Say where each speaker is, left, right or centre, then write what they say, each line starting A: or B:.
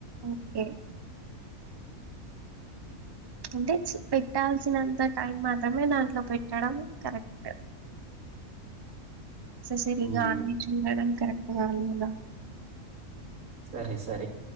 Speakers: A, on the right; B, on the right.
A: ఓకే అంటే పెట్టాల్సినంత టైం మాత్రమే దాంట్లో పెట్టడం కరెక్ట్. స సేరిగాన్ని
B: ఉమ్,
A: చూడడం కరెక్ వాళ్ళు వీళ్ళా
B: సరే సరే